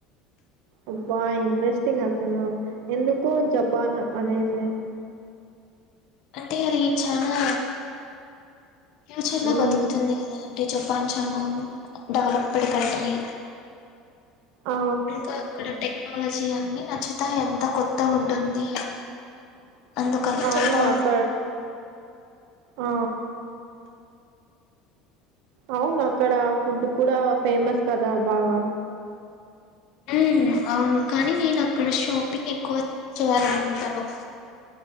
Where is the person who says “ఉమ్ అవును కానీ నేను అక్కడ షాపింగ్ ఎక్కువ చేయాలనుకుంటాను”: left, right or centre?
Left